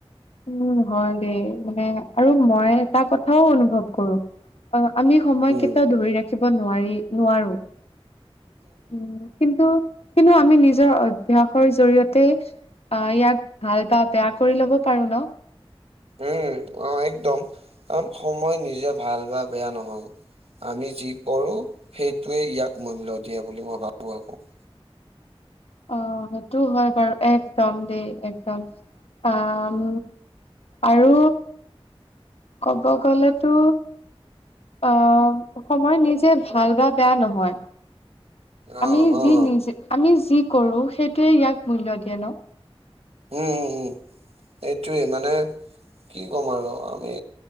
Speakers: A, on the left (about 75°); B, on the right (about 80°).
A: উম হয় দেই মানে আৰু মই এটা কথাও অনুভৱ কৰো অ'। আমি সময়
B: উম,
A: কেইটায়াও ধৰি ৰাখিব নোৱাৰি নোৱাৰো। উম কিন্তু। কিন্তু আমি নিজৰ অভ্যাসৰ জৰিয়তে আহ ইয়াক ভাল বা বেয়া কৰি ল'ব। পাৰু ন।
B: উম অ' একদম কাৰণ সময় নিজে ভাল বা বেয়া নহয়। আমি যি কৰো সেইটোৱে ইয়াক মূল্য দিয়ে বুলি মই ভাবো <unintelligible>
A: অ' সেইটো হয় বাৰু একদম দেই একদম আহ। আৰু ক'ব গলেতো। অ' সময় নিজে ভাল বা বেয়া নহয়। আমি
B: অ', অ',
A: যি নিজে আমি যি কৰো সেইটোৱে ইয়াক মূল্য দিয়ে ন।
B: উম উম উম এইটোৱেই মানে কি ক'ম আৰু আমি।